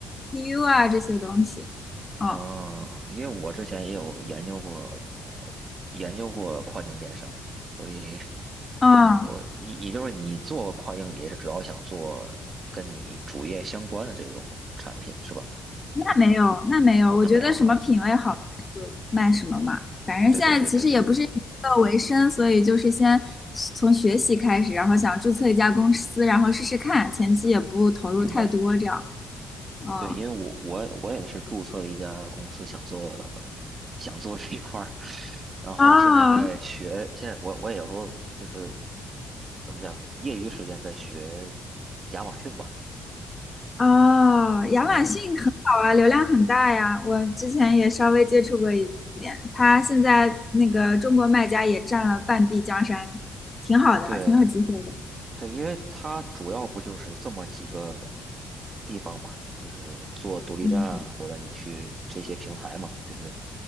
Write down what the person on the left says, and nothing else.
PU 啊这些东西。嗯
嗯，
那没有，那没有，我觉得什么品味好看就卖什么嘛。
反正现在其实也不是以这个为生，
所以就是先从学习开始，然后想注册一家公司，然后试试看，前期也不投入太多，
这样。嗯，
啊
啊，亚马逊很好啊，
流量很大呀。我之前也稍微接触过一点，它现在那个中国卖家也占了半壁江山，挺好的，
挺有机会的。
嗯，